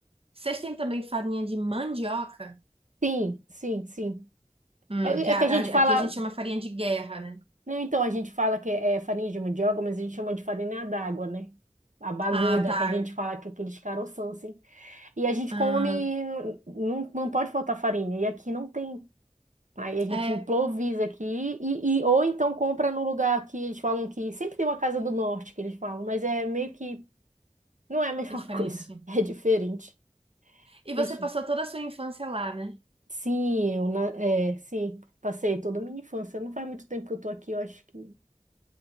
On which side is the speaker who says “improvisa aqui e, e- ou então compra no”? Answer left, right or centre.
Right